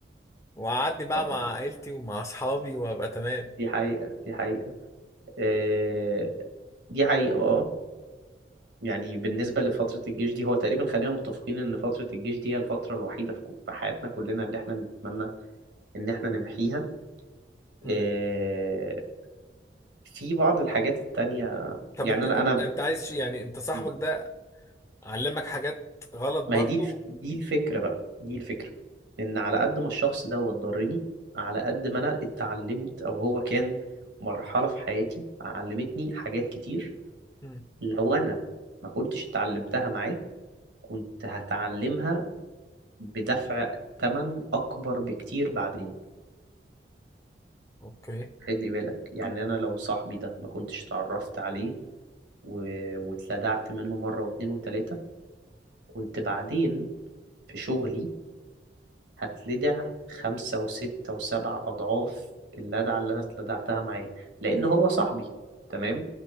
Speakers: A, on the left; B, on the right.
A: وقعدني بقى
B: اه
A: مع عيلتي ومع اصحابي وابقى تمام
B: دي حقيقة دي حقيقة آه، دي حقيقة اه يعني بالنسبة لفترة الجيش دي هو تقريبا خلينا متفقين إن فترة الجيش دي هي الفترة الوحيدة في في حياتنا كلنا اللي إحنا نتمنى إن إحنا نمحيها
A: مم.
B: إيه، في بعض الحاجات التانية
A: طب
B: يعني
A: انت
B: أنا
A: كنت
B: أنا
A: انت عايز شي- يعني انت صاحبك
B: م.
A: ده علمك حاجات غلط برضو
B: ما هي دي الف- دي الفكرة بقى دي الفكرة إن على قد ما الشخص ده ضرني على قد ما أنا اتعلمت أو هو كان مرحلة في حياتي علمتني حاجات كتير
A: مم.
B: لو أنا ما كنتش اتعلمتها معاه كنت هتعلمها بدفع تمن أكبر بكتير بعدين
A: اوكي
B: خد لي بالك يعني أنا لو صاحبي ده ما كنتش اتعرفت عليه و... واتلدعت منه مرة واتنين وتلاتة كنت بعدين في شغلي هتلدع خمسة وستة وسبع أضعاف اللدعة اللي أنا اتلدعتها معاه لأن هو صاحبي تمام